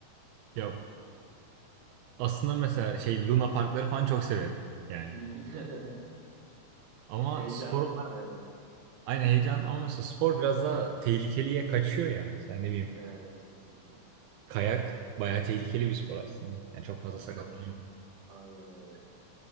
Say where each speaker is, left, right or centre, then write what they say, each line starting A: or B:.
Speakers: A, on the right; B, on the right.
A: Ya aslında mesela şey Luna Parkları falan çok severim yani.
B: <laughs>
A: Ama
B: Heyecan.
A: spor
B: Aynen.
A: Aynı heyecan ama mesela spor biraz daha tehlikeliye kaçıyor ya. Mesela ne bileyim
B: Evet kesinlikle.
A: kayak bayağı tehlikeli bir spor aslında. Yani çok
B: Abi
A: fazla sakatlanıyor.
B: çok. Aynen öyle.